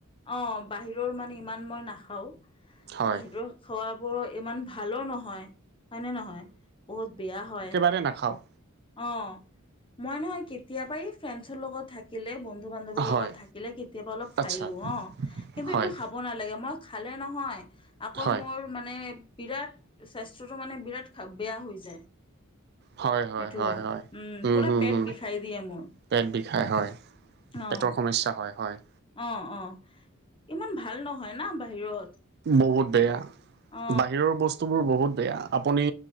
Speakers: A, on the left (about 25°); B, on the right (about 50°).
A: অঁ', বাহিৰৰ মানে ইমান মই নাখাওঁ।
B: হয়
A: বাহিৰৰ- খোৱাবোৰ ইমান ভালো নহয়, হয় নে নহয়, বহুত বেয়া হয়।
B: তাৰে নাখাওঁ।
A: অ মই নহয় কেতিয়াবা এই ফ্ৰেণ্ডছৰ লগত থাকিলে, বন্ধু বান্ধৱৰ
B: হয়
A: লগত থাকিলে কে কেতিয়াবা অলপ খাই
B: আচ্ছা
A: লও অহ কিন্তু
B: হয়
A: এইটো খাব নালাগে, মই খালে নহয় আকৌ
B: হয়
A: মোৰ মানে বিৰাট স্বাস্থ্যতটো মানে বিৰাট বেয়া হৈ যায়।
B: হয় হয়
A: এইটো
B: হয় হয়, উম
A: পুৰা পেট
B: উম,
A: বিষাই দিয়ে মোৰ
B: পেট বিষাই হয়।
A: অ',
B: পেটৰ সমস্যা হয়, হয়।
A: অ অ ইমান ভাল নহয় না বাহিৰত।
B: বহুত বেয়া
A: অ
B: বাহিৰৰ ব বস্তুবোৰ বহুত বেয়া, আপুনি